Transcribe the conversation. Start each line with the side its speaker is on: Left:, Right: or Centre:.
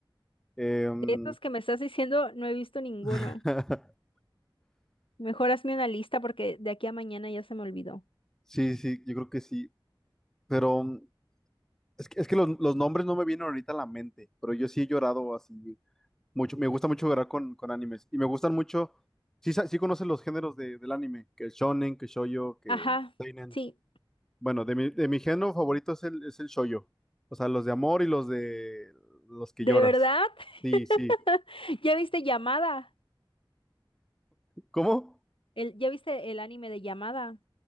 Centre: Em,
Left: De estos que me estás diciendo, no he visto ninguno.
Centre: <laughs>
Left: Mejor hazme una lista porque de aquí a mañana ya se me olvidó.
Centre: sí, sí, yo creo que sí. Pero mm, es que, es que los, los nombres no me vienen ahorita a la mente, pero yo sí he llorado así mucho. Me gusta mucho llorar con, con animes. Y me gustan mucho... Sí, sa- sí conoces los géneros de- del anime, que es shonen, que shoujo, que
Left: Ajá,
Centre: seinen.
Left: sí.
Centre: Bueno, de mi, de mi género favorito es el, es el shoujo. O sea, los de amor y los de los que
Left: ¿De
Centre: lloras.
Left: verdad?
Centre: Sí,
Left: <laughs>
Centre: sí.
Left: ¿Ya viste Llamada?
Centre: ¿Cómo?
Left: El, ¿ya viste el anime de Llamada?